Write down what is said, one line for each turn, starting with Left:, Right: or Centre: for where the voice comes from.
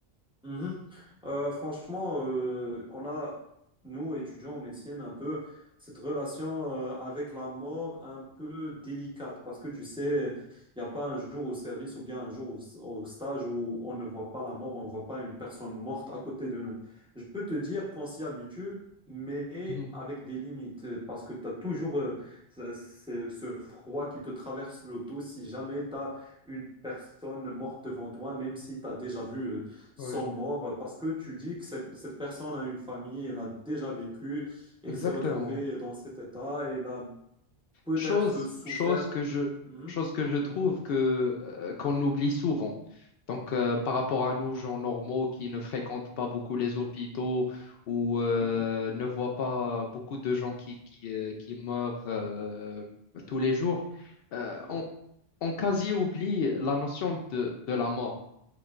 Centre: Mhm. Euh, franchement, euh, on a, nous, étudiants en médecine, un peu cette relation euh, avec la mort un peu délicate parce que tu sais, il n'y a pas un jour au service ou bien un jour au, au stage où on ne voit pas la mort, on ne voit pas une personne morte à côté de nous. Je peux te dire qu'on s'y habitue, mais
Left: Mhm.
Centre: avec des limites euh, parce que tu as toujours euh, ce, ce- ce froid qui te traverse l'auto si jamais tu as une personne morte devant toi, même si tu as déjà vu. euh, sont
Left: Ouais.
Centre: morts euh, parce que tu dis que cette cette personne a une famille, elle a déjà vécu, elle
Left: Exactement.
Centre: s'est retrouvée dans cet état, elle a peut-être
Left: Chose,
Centre: souffert.
Left: chose que je,
Centre: Mhm,
Left: chose que je trouve
Centre: mhm,
Left: que euh, qu'on oublie souvent. Donc, euh, par rapport à nous, gens normaux qui ne fréquentent pas beaucoup les hôpitaux ou euh,
Centre: mhm,
Left: ne voient pas beaucoup de gens qui, qui, euh, qui meurent euh, tous les jours, euh,
Centre: mhm.
Left: on, on quasi oublie la notion de, de la mort.